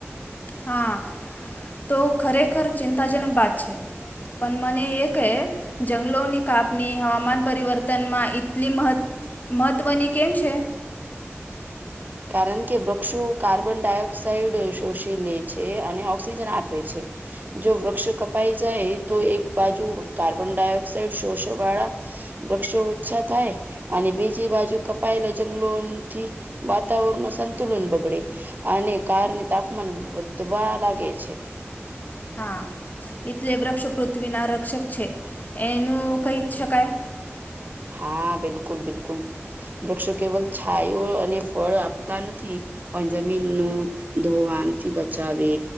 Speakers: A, on the left; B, on the right.
A: હા તો ખરેખર ચિંતાજનક વાત છે. પણ મને એ કહે જંગલોની કાપની હવામાન પરિવર્તનમાં એટલી મહત્ મહત્વની કેમ છે?
B: કારણ કે વૃક્ષો કાર્બન ડાયોક્સાાઈડ શોષી લે છે, અને ઓક્સિજન આપે છે. જો વૃક્ષ કપાઈ જાય તો એક બાજુ કાર્બન ડાયોક્સાઇડ શોષ વાળા વૃક્ષો ઓછા થાય, અને બીજી બાજુ કપાયેલા જંગલોથી વાતાવરણ નો સંતુલન બગડે, અને કારને તાપમાન વધવા લાગે છે.
A: હા. એટલે વૃક્ષ પૃથ્વી ના રક્ષક છે એનું કહી શકાય.
B: હા બિલકુલ-બિલકુલ. વૃક્ષો કેવલ છાયો અને ફળ આપતા નથી પણ જમીન નું ધોવાનથી બચાવે,